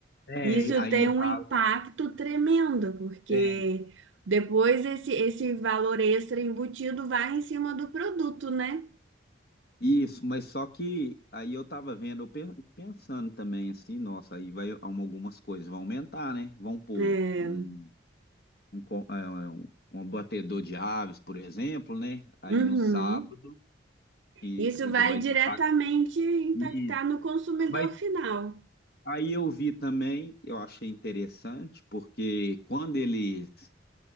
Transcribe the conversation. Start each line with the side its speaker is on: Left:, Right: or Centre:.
Left: É,
Right: Isso
Left: aí
Right: tem
Left: no
Right: um
Left: caso,
Right: impacto tremendo, porque
Left: é.
Right: depois esse, esse valor extra embutido vai em cima do produto, né?
Left: Isso, mas só que aí eu tava vendo, eu pe- pensando também assim, nossa, aí vai algum- algumas coisas vão aumentar, né? Vão pôr
Right: É.
Left: um, um, co- é, um, um batedor de aves, por exemplo, né? Aí
Right: Uhum.
Left: no sábado, que
Right: Isso
Left: já
Right: vai
Left: vai
Right: diretamente
Left: ter que pagar.
Right: impactar
Left: E-
Right: no consumidor
Left: Mas
Right: final.
Left: aí eu vi também, eu achei interessante, porque quando eles